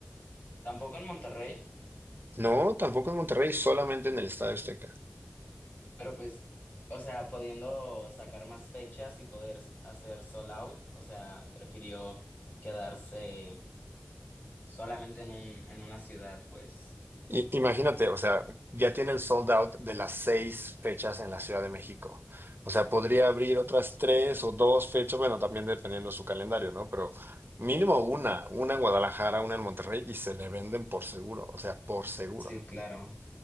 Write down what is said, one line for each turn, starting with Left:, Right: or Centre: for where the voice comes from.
Left: Tampoco en Monterrey,
Right: No, tampoco en Monterrey, solamente en el Estadio Azteca.
Left: pero pues, o sea, pudiendo sacar más fechas y poder s- hacer sold out, o sea, prefirió quedarse solamente en un, en una ciudad, pues.
Right: I- Imagínate, o sea, ya tiene el sold out de las seis fechas en la Ciudad de México. O sea, podría abrir otras tres o dos fechas, bueno, también dependiendo de su calendario, ¿no? Pero mínimo una, una en Guadalajara, una en Monterrey y se le venden por seguro, o sea, por seguro.
Left: Sí, claro.